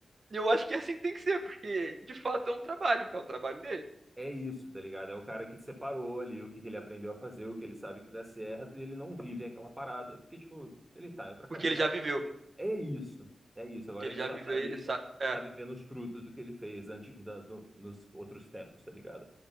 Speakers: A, on the right; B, on the right.
A: E Eu acho que assim tem que ser, porque de fato é um trabalho, é o trabalho dele.
B: É isso, tá ligado? É o cara que separou ali o que que ele aprendeu a fazer, o que ele sabe que dá certo, e ele não vive aquela parada, porque, tipo, ele tá em outra cabeça.
A: Porque ele já viveu. Porque
B: É isso, é isso. Agora
A: ele
B: ele
A: já
B: só
A: viveu,
B: tá ali,
A: ele sabe. É,
B: tá vivendo os frutos do que ele fez antes, da- no- nos outros tempos, tá ligado?